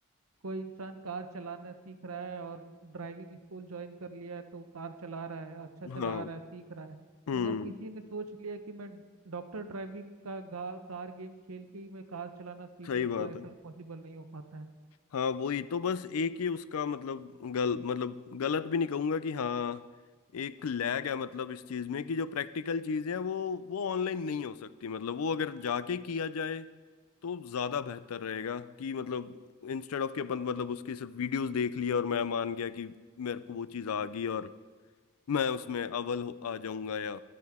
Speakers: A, on the right (about 80°); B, on the left (about 80°).
A: कोई इंसान कार चलाना सीख रहा है और ड्राइविंग स्कूल ज्वाइन कर लिया है तो कार चला रहा है अच्छा चला
B: हाँ
A: रहा है सीख रहा है
B: हम्म
A: मगर किसी ने सोच लिया कि मैं डॉक्टर ड्राइविंग का गा, कार गेम खेल के ही मैं कार चलाना सीख
B: सही
A: लूँ
B: बात
A: तो ऐसा
B: है
A: पॉसिबल नहीं हो पाता है
B: हाँ वही तो बस एक ही उसका मतलब गल मतलब गलत भी नहीं कहूंगा कि हाँ एक लैग है मतलब इस चीज में कि जो प्रैक्टिकल चीजें हैं वो वो ऑनलाइन नहीं हो सकती मतलब वो अगर जाके किया जाए तो ज्यादा बेहतर रहेगा कि मतलब इंस्टेड ऑफ कि अपन मतलब उसकी सिर्फ वीडियोस देख लिया और मैं मान गया कि मेरे को वो चीज आ गई और मैं उसमें अव्वल हो- आ जाऊंगा या